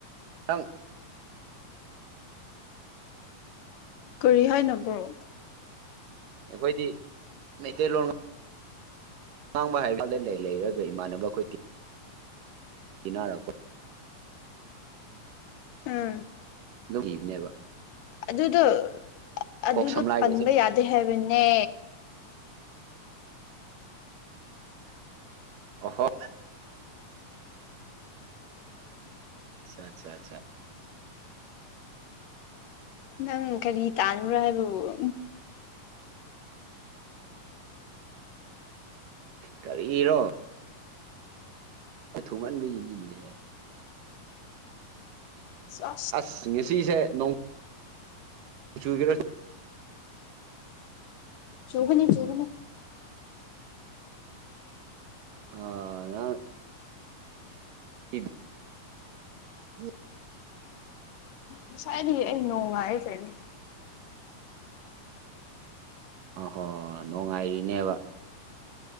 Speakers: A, on the right; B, on the left.
A: ꯑꯪ
B: ꯀꯔꯤ ꯍꯥꯏꯅ ꯕ꯭ꯔꯣ
A: ꯑꯩꯈꯣꯏꯗꯤ ꯃꯩꯇꯩꯂꯣꯟ ꯑꯥꯡꯕ ꯍꯥꯏꯔꯀꯥꯟꯗ ꯂꯩ ꯂꯩꯔꯒ ꯏꯃꯥꯟꯅꯕ ꯑꯩꯈꯣꯏ ꯇꯤ ꯏꯟꯅꯔꯛꯄ
B: ꯑꯥ
A: ꯂꯧꯈꯤꯕꯅꯦꯕ
B: ꯑꯗꯨꯗꯣ ꯑꯗꯨꯗꯣ
A: ꯀꯣꯛ ꯁꯝꯂꯥꯏꯒꯁꯦ
B: ꯄꯟꯕ ꯌꯥꯗꯦ ꯍꯥꯏꯕꯅꯦ
A: ꯑꯣ ꯑꯠꯆꯥ ꯑꯠꯆꯥ
B: ꯅꯪ ꯀꯔꯤ ꯇꯥꯥꯟ꯭ꯔ ꯍꯥꯏꯕꯕ
A: ꯀꯔꯤꯔꯣ ꯀꯊꯨꯃꯟ ꯏꯅꯤꯅꯦ
B: ꯑꯁ
A: ꯑꯁ ꯉꯁꯤꯁꯦ ꯅꯣꯡ ꯆꯔ <inaudible>
B: ꯆꯧꯕꯅꯦ ꯆꯕꯅꯦ
A: ꯑ <inaudible> ꯏ <unintelligible> <inaudible>
B: ꯉꯁꯥꯏꯗꯤ ꯑꯩ ꯅꯣꯡꯉꯥꯏ ꯐꯦꯅ
A: ꯑ ꯍꯣ ꯅꯨꯡꯉꯥꯏꯔꯤꯅꯦꯕ